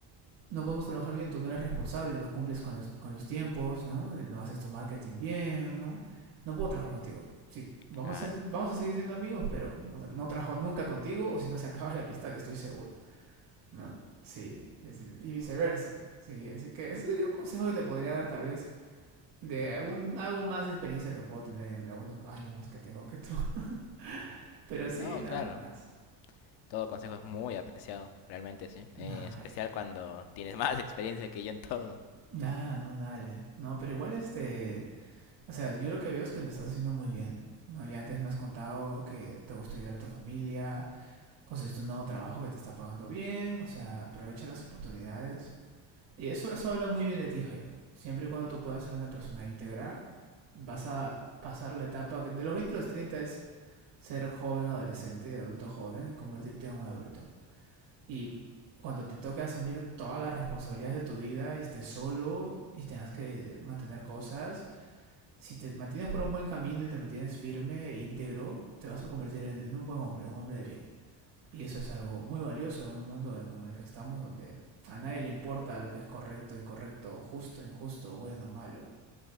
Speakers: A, on the right; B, on the left.
A: no podemos trabajar bien, tú no eres responsable, no cumples con los, con los tiempos, ¿no? Eh, No haces tu marketing bien, ¿no? No puedo trabajar contigo. Sí, vamos
B: claro.
A: a, ser, vamos a seguir siendo amigos, pero no, no trabajo nunca contigo o si no se acaba la amistad, estoy seguro, ¿no? Sí, sí, y viceversa. Sí, así que ese sería un consejo que te podría dar tal vez de algún, algo más de experiencia que puedo tener en algunos años más que tengo que tú. <laughs> Pero sí,
B: No,
A: nada
B: claro.
A: más.
B: Todo consejo es muy apreciado, realmente, sí.
A: Nada,
B: Eh, especial
A: Jairo.
B: cuando tienes <laughs> más experiencia que yo en todo.
A: Nada, no, dale. No, pero igual este... O sea, yo lo que veo es que lo estás haciendo muy bien, ¿no? Ya antes me has contado que te gusta ayudar a tu familia, conseguiste un nuevo trabajo que te está pagando bien, o sea, aprovecha las oportunidades. Y eso, eso habla muy bien de ti, Jairo. Siempre y cuando tú puedas ser una persona íntegra, vas a pasar la etapa que de los 20 a los 30 es ser joven, adolescente, adulto joven y convertirte en un adulto. Y cuando te toque asumir todas las responsabilidades de tu vida y estés solo y tengas que mantener cosas, si te mantienes por un buen camino y te mantienes firme e íntegro, te vas a convertir en, en un buen hombre, un hombre de bien. Y eso es algo muy valioso en un mundo como el que estamos, donde a nadie le importa lo que es correcto, incorrecto, justo, injusto, bueno, malo.